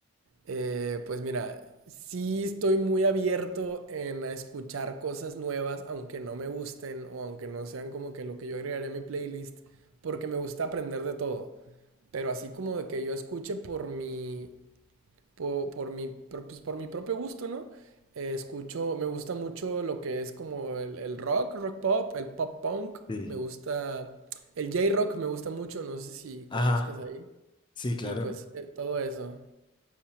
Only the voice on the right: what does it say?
eh, pues mira, sí estoy muy abierto en a escuchar cosas nuevas, aunque no me gusten o aunque no sean como que lo que yo agregaría a mi playlist, porque me gusta aprender de todo. Pero así como de que yo escuche por mi, por, por mi, por, pues, por mi propio gusto, ¿no? Eh, escucho, me gusta mucho lo que es como el, el rock, rock pop, el pop punk.
Me gusta, el J-rock me gusta mucho, no sé si conozcas
ahí.
Y pues eh, todo eso.